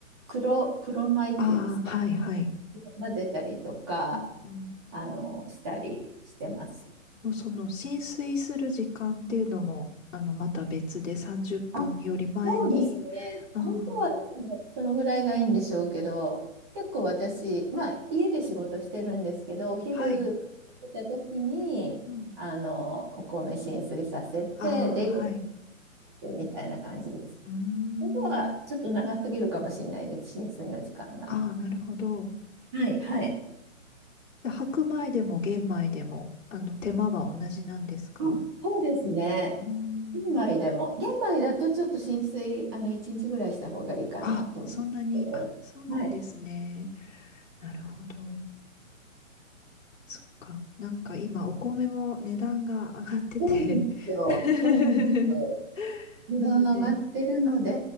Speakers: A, on the right; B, on the left.
A: 黒、黒米っていうんですか。
B: ああ、はいはい。
A: 混ぜたりとか、
B: うん
A: あの、したりしてます。
B: うん、その、浸水する時間っていうのも、あの、また別で30分より前に、
A: あ、そうですね。
B: うんうん。
A: 本当はその、そのぐらいがいいんでしょうけど、結構私、まあ家で仕事してるんですけど、お昼出た時に、
B: はい。うん。
A: あの、お米浸水させて、
B: ああ、
A: で、
B: はい。
A: 夜みたいな感じです。
B: うーん。
A: 本当はちょっと長すぎるかもしれないです、浸水の時間が。
B: ああ、なるほど。
A: はい、はい。
B: で白米でも玄米でも、あの、手間は同じなんですかう
A: あ、そうですね。
B: ーん。
A: 玄米でも、玄米だとちょっと浸水、あの、1日ぐらいした方がいいかなと思うんですけど、
B: あ、そんなに、あ、そうなんですね。
A: はい。
B: なるほど。そっか。なんか今、お米も値段が上がってて
A: そうなんですよ。
B: <laughs>
A: そうなんですよ。値段が上がってるので、
B: なので、